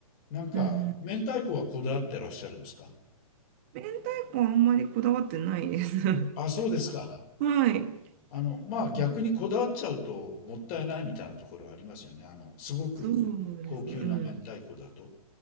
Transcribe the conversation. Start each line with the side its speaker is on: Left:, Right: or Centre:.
Left: なんか、
Right: うんうん、
Left: 明太子はこだわってらっしゃるんですか
Right: 明太子はあんまりこだわってないです。<laughs>
Left: あ、そうですか。
Right: はい、
Left: あの、まあ逆にこだわっちゃうともったいないみたいなところはありますよね。
Right: うん。
Left: あの、すごく高級な明太子だと。
Right: そうですね。うん。